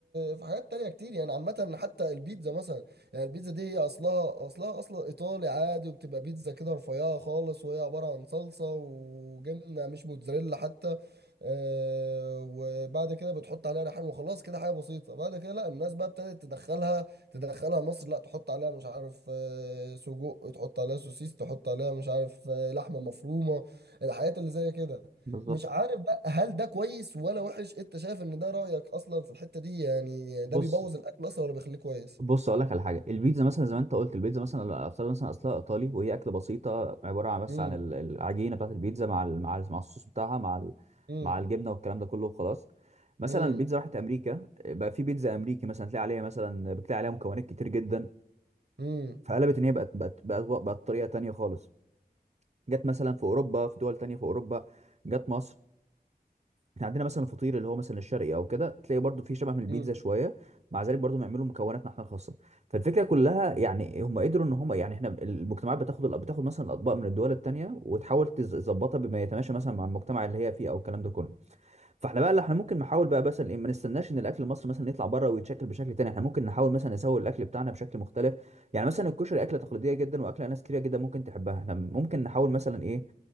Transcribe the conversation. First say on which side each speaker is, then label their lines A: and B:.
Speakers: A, on the right; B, on the right.
A: في حاجات تانية كتير يعني عامة حتى البيتزا مثلا يعني البيتزا دي هي اصلها اصلها اصلا ايطالي عادي وبتبقى بيتزا كده رفيعة خالص وهي عبارة عن صلصة وجبنة مش موتزاريلا حتى آه، وبعد كده بتحط عليها ريحان وخلاص كده حاجة بسيطة بعد كده لا الناس بقى ابتدت تدخلها تدخلها مصر لا تحط عليها مش عارف آه، سجق تحط عليها سوسيس تحط عليها مش عارف آه، لحمة مفرومة الحاجات اللي زي كده
B: بالظبط
A: مش عارف بقى هل ده كويس ولا وحش انت شايف ان ده رأيك اصلا في الحتة دي يعني ده
B: بص
A: بيبوظ الاكل اصلا ولا بيخليه كويس
B: بص اقول لك على حاجه البيتزا مثلا زي ما انت قلت البيتزا مثلا افترض مثلا اصلها ايطالي وهي اكله بسيطه عباره عن بس
A: امم
B: عن ال- العجينه بتاعت البيتزا مع ال- مع ال- مع الصوص بتاعها مع ال-
A: امم
B: مع الجبنه والكلام ده كله وخلاص مثلا
A: امم
B: البيتزا راحت امريكا بقى في بيتزا امريكي مثلا تلاقي عليها مثلا بتلاقي عليها مكونات كتير جدا
A: امم
B: فقلبت ان هي بقت بقت بقت, بقت طريقه تانيه خالص جت مثلا في اوروبا في دول تانيه في اوروبا جت مصر احنا عندنا مثلا الفطير اللي هو مثلا الشرقي او كده تلاقي برضو فيه شبه من البيتزا
A: فاهم
B: شويه مع ذلك برضو بيعملوا مكوناتنا احنا الخاصه فالفكره كلها يعني هم قدروا ان هم يعني احنا المجتمعات بتاخد بتاخد مثلا الاطباق من الدول التانيه وتحاول تز- تظبطها بما يتماشى مثلا مع المجتمع اللي هي فيه او الكلام ده كله فاحنا بقى اللي احنا ممكن نحاول بقى بس ما نستناش ان الاكل المصري مثلا يطلع بره ويتشكل بشكل تاني احنا ممكن نحاول مثلا نسوي الاكل بتاعنا بشكل مختلف يعني مثلا الكشري اكله تقليديه جدا واكله ناس كتير جدا ممكن تحبها احنا ممكن نحاول مثلا ايه